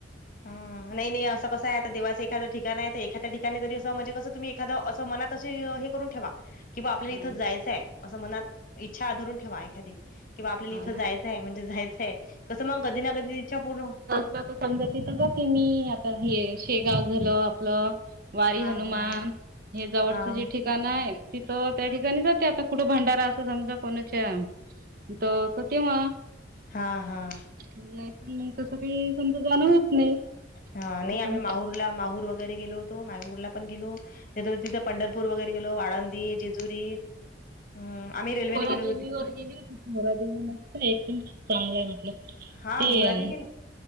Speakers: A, on the left; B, on the right.
A: हां. नाही नाही असं कसं आहे, आता देवाच एखादं ठिकाण आहे तर एखाद्या ठिकाणी तरी अस म्हणजे कसं तुम्ही- एखादं असं मनात अशी हे करून ठेवा. कि बा आपल्याला
B: हं
A: इथं जायचंय. असं मनात इच्छा धरून ठेवा एखादी. कि बा आपल्याला
B: हो
A: इथं
B: ना.
A: जायचंय. म्हणजे जायचंय. कसं मग कधी ना कधी इच्छा पूर्ण-
B: हां. त समजा तिथं जाते मी. आता हे शेगाव झालं आपलं- वारी
A: हां,
B: हनुमान.
A: हां.
B: हे जवळचे
A: हां,
B: जे ठिकाण आहेत. तिथं त्या ठिकाणी जाते. आता कुठं भंडारा असतो समजा कोणाच्या- त त तेव्हा.
A: हां. हां.
B: नाहीतर मग तसं काही समजा जाणं होत नाही.
A: हा, नाही
B: कुठं.
A: आम्ही माहूरला माहूर वगैरे गेलो होतो, माहूरला पण गेलो तिथ, तिथ पंढरपूर वगैरे गेलो, आळंदी, जेजुरी. अं, आम्ही
B: मी
A: रेल्वेने
B: पोहरा
A: गेलो
B: देेवीवर
A: होतो.
B: गेली होती, पोहरा देवी मस्त हाय एकदम चांगलाय म्हटलं.
A: हा
B: ते
A: मोरा
B: अं,
A: देवी